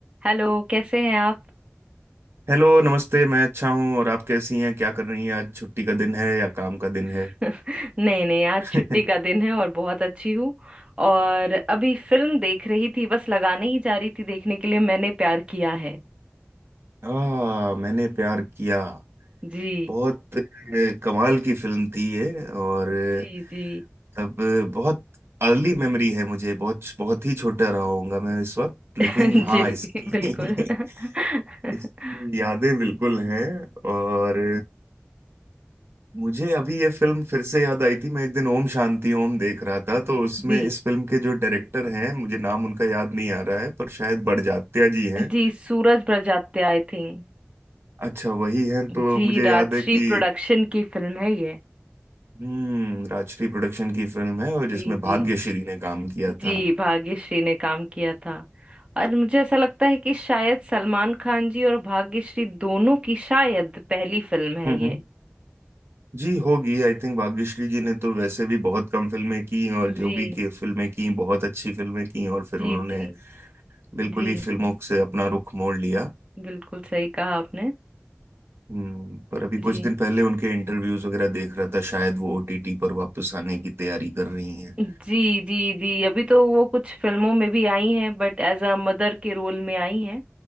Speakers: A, on the right (about 25°); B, on the right (about 60°).
A: हेलो कैसे हैं आप
B: हेलो नमस्ते मैं अच्छा हूँ और आप कैसी हैं क्या कर रही हैं आज छुट्टी का दिन है या काम का दिन
A: <laughs>
B: है
A: नहीं नहीं आज
B: <laughs>
A: छुट्टी का दिन है और बहुत अच्छी हूँ और अभी फिल्म देख रही थी बस लगाने ही जा रही थी देखने के लिए मैंने प्यार किया है
B: आ मैंने प्यार किया
A: जी
B: बहुत अ, कमाल की फिल्म थी ये और
A: जी
B: अ,
A: जी
B: तब अ, बहुत अर्ली मेमोरी है मुझे बहुत बहुत ही छोटा रहा होऊंगा मैं इस वक्त लेकिन
A: <laughs>
B: हाँ
A: जी
B: इसकी
A: बिल्कुल <laughs>
B: <laughs> इसकी यादें बिल्कुल हैं और मुझे अभी ये फिल्म फिर से याद आई थी मैं एक दिन ओम शांति ओम देख रहा था तो उसमें
A: जी
B: इस फिल्म के जो डायरेक्टर हैं मुझे नाम उनका याद नहीं आ रहा है पर शायद बड़जात्या जी हैं
A: जी सूरज बड़जात्या आई थिंक
B: अच्छा वही हैं तो
A: जी
B: मुझे
A: राजश्री
B: याद है कि
A: प्रोडक्शन की फिल्म है ये
B: हम्म राजश्री प्रोडक्शन की फिल्म है और जिसमें
A: जी
B: भाग्यश्री
A: जी
B: ने काम किया
A: जी
B: था
A: भाग्यश्री ने काम किया था और मुझे ऐसा लगता है कि शायद सलमान खान जी और भाग्यश्री दोनों की शायद पहली फिल्म है
B: हम्म
A: ये
B: हम्म। जी होगी आई थिंक भाग्यश्री जी ने तो वैसे भी बहुत कम फिल्में की और जो
A: जी
B: भी की फिल्में की बहुत अच्छी फिल्में की और फिर
A: जी
B: उन्होंने
A: जी
B: बिल्कुल
A: जी
B: ही फिल्मों से अपना रुख मोड़ लिया
A: बिल्कुल सही कहा आपने
B: हम्म पर अभी कुछ
A: जी
B: दिन पहले उनके इंटरव्यूज वगैरह देख रहा था शायद वो ओटीटी पर वापस आने की तैयारी कर रही हैं
A: जी जी जी अभी तो वो कुछ फिल्मों में भी आई हैं बट एज अ मदर के रोल में आई हैं